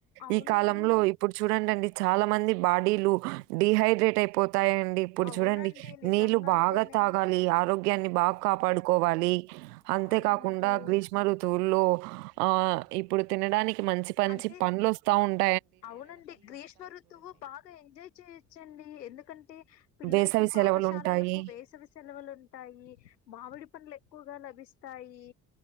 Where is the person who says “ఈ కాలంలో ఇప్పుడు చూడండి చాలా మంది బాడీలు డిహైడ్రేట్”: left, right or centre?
Right